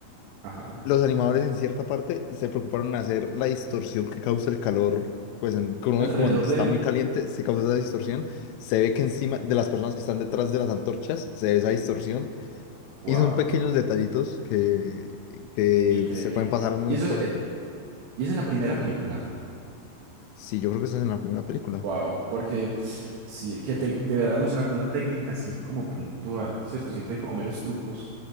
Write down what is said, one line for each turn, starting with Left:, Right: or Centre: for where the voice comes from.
Right: Ajá.
Left: los animadores en cierta parte se preocuparon en hacer la distorsión que causa el calor, pues en, que uno
Right: Alrededor
Left: ve que cuando está
Right: de él.
Left: muy caliente se causa esa distorsión, se ve que encima de las personas que están detrás de las antorchas se ve esa distorsión
Right: Wow,
Left: y son pequeños detallitos que, que
Right: increíble.
Left: se pueden pasar muy
Right: Y eso
Left: por
Right: es,
Left: alto.
Right: eh, y es en la primera película.
Left: Sí, yo creo que esa es en la primera película.
Right: Wow, porque sí, que te- deberán usar alguna técnica así como puntual, ¿cierto? Siempre hay como meros trucos